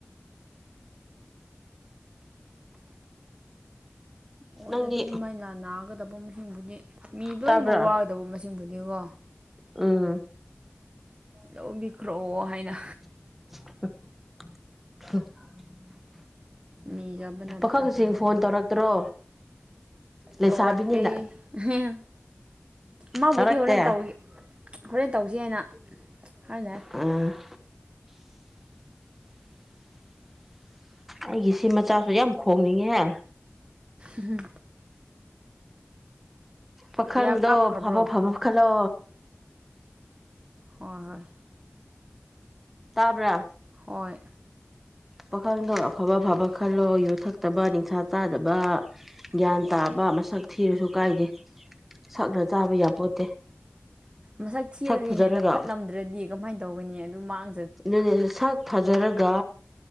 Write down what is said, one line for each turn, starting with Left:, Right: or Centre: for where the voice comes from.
Right: ꯃꯣꯏꯅ
Centre: ꯅꯪꯗꯤ
Right: ꯑꯗꯨꯃꯥꯏꯅ ꯅ ꯅꯥꯒꯗꯕ ꯃꯁꯤꯡꯕꯨꯗꯤ ꯃꯤ ꯂꯣꯏꯅꯃꯛ
Centre: ꯇꯥꯕ꯭ꯔꯥ
Right: ꯋꯥꯒꯗꯕ ꯃꯁꯤꯡꯕꯨꯗꯤꯀꯣ
Centre: ꯑ
Right: <unintelligible> ꯍꯥꯏꯅ
Centre: <unintelligible>
Right: ꯅꯤꯖꯕꯅ
Centre: ꯄꯥꯈꯪꯁꯤꯡ
Right: ꯐꯩ
Centre: ꯐꯣꯟ ꯇꯧꯔꯛꯇ꯭ꯔꯣ ꯂꯩꯁꯥꯕꯤꯅꯤꯅ
Right: ꯇꯧꯔꯛꯇꯦ ꯍꯦꯍꯦ ꯃꯥꯕꯨꯗꯤ
Centre: ꯇꯧꯔꯛꯇꯦ
Right: ꯍꯣꯔꯦꯟ ꯇꯧꯒꯤ ꯍꯣꯔꯦꯟ ꯇꯧꯖꯤ ꯍꯥꯏꯅ ꯍꯥꯏꯅꯩ
Centre: ꯎꯝ ꯑꯩꯒꯤ ꯁꯤ ꯃꯆꯥꯁꯨ ꯌꯥꯝ ꯈꯣꯡꯅꯤꯡꯉꯦꯍꯦ
Right: ꯎꯝ
Centre: ꯄꯥꯈꯪꯗꯣ
Right: ꯀꯌꯥ ꯀꯥꯞꯈ꯭ꯔꯕ꯭ꯔꯣ
Centre: ꯐꯕ ꯐꯕ ꯈꯜꯂꯣ
Right: ꯍꯣꯏ ꯍꯣꯏ
Centre: ꯇꯥꯕ꯭ꯔꯥ
Right: ꯍꯣꯏ
Centre: ꯄꯥꯈꯪꯗꯣ ꯑꯐꯕ ꯑꯐꯕ ꯈꯜꯂꯣ ꯌꯨꯊꯛꯇꯕ ꯅꯤꯡꯁꯥ ꯆꯥꯗꯕ ꯒ꯭ꯌꯥꯟ ꯇꯥꯕ ꯅꯨꯄꯥ ꯃꯁꯛ ꯊꯤꯔꯨꯁꯨ ꯀꯥꯏꯗꯦ ꯁꯛꯅ ꯆꯥꯕ ꯌꯥꯄꯣꯠꯇꯦ
Right: ꯃꯁꯛ ꯊꯤꯔꯒ
Centre: ꯁꯛ ꯐꯖꯔꯒ
Right: ꯍꯦꯟꯅ ꯐꯠꯂꯝꯗ꯭ꯔꯗꯤ ꯀꯃꯥꯏꯅ ꯇꯧꯒꯅꯤ ꯑꯗꯨ ꯃꯥꯡ
Centre: ꯑꯗꯨꯅꯦ ꯁꯛ ꯐꯖꯔꯒ